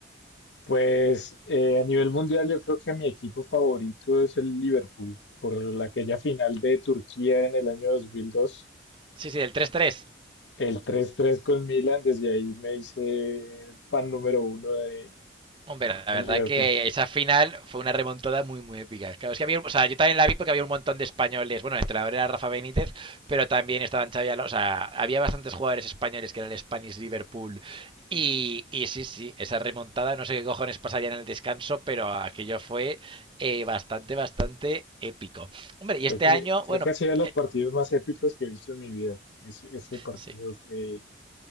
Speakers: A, on the left; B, on the right.
A: Pues eh, a nivel mundial yo creo que mi equipo favorito es el Liverpool. Por la- aquella final de Turquía en el año 2002.
B: Sí, sí, del 3-3.
A: El 3-3 con Milan. Desde ahí me hice fan número uno de,
B: Hombre, la
A: del
B: verdad
A: Liverpool.
B: es que esa final fue una remontada muy, muy épica. Claro, es que había, o sea, yo también la vi porque había un montón de españoles. Bueno, el entrenador era Rafa Benítez, pero también estaban Xavi Alonso. O sea, había bastantes jugadores españoles que era el Spanish Liverpool. Y, y sí, sí, esa remontada, no sé qué cojones pasaría en el descanso, pero aquello fue eh, bastante, bastante épico. Hombre, y
A: Creo
B: este
A: que,
B: año,
A: creo
B: bueno,
A: que ha sido de los
B: eh,
A: partidos más épicos que he visto en mi vida. Ese, ese partido
B: sí,
A: fue